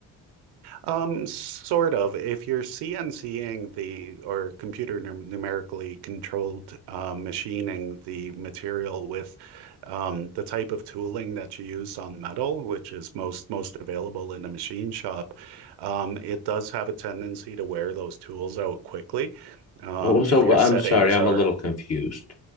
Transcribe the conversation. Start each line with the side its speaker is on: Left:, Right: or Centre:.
Right: Um, sort of. If you're CNCing the or computer num numerically controlled uh, machining the material with um, the type of tooling that you use on metal, which is most most available in a machine shop, um, it does have a tendency to wear those tools out quickly. Um,
Left: Oh, so
Right: if
Left: well,
Right: your
Left: I'm
Right: settings
Left: sorry, I'm
Right: are,
Left: a little confused.